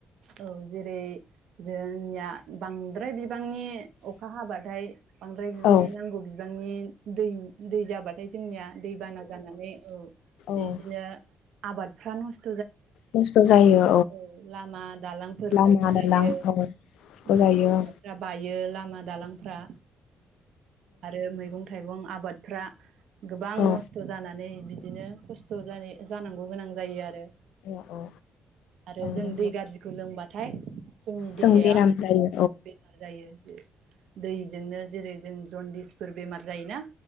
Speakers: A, on the right; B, on the left.
A: औ जेरै जोंनिया बांद्राय बिब बांनि अखा हाबाद दाय बांद्राय बिबांनि
B: औ
A: नांगौ बिबांनिब दैम दै जाबाथायथ जोंनिया दैबाना जानानै औ
B: औ
A: इदिनो आबादफ्रा नसथ
B: खस्थ' जायो।
A: औ लामा दालांफोर
B: लामा
A: खुरखा
B: दालां
A: जायो
B: औ खस्थ'
A: उम्म
B: जायो
A: लामाफ्रा
B: औ
A: बाय यो लामा दालांफ्रा आरो मैंगं था थाइगं आबादफ्रा गोबां
B: औ
A: नस्थ' जानानै बिदिनो खस्थ' जानाय जानांगौ गोनां जायो आरो।
B: औ औ
A: आरो जों
B: नंगौ
A: दै गाज्रिखौ लोंबा थाय जोंनि
B: जों
A: देहाया
B: बेराम जायो औ
A: बेमार जायो ज दैजोंनो जेरै जों जन्दिसफोर बेमार जायोना